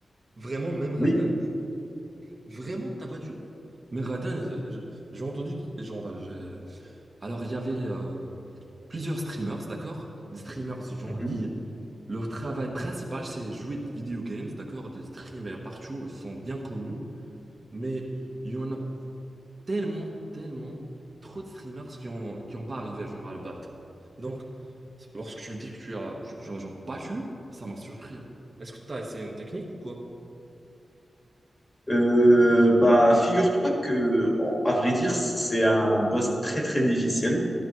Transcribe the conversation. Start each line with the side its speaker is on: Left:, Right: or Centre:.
Right: Vraiment, même Radin?
Left: Oui, ok.
Right: tu- Vraiment, t'as pas tué. Mais Radin, je- je- j'ai entendu, qui- genre, j'ai- alors il y avait euh, plusieurs streamers, d'accord? Des streamers, genre,
Left: Mhm.
Right: qui, leur travail principal, c'est jouer de video games, d'accord? Des streamers partout, ils sont bien connus, mais il y en a tellement, tellement trop de streamers qui ont, qui ont pas arrivé genre à le battre. Donc, lorsque tu me dis que tu as, tu, tu l'as genre battu, ça m'a surpris. Est-ce que tu as essayé une technique ou quoi?
Left: Euh, bah, figure-toi que, en- à vrai dire, c'est un boss très, très difficile.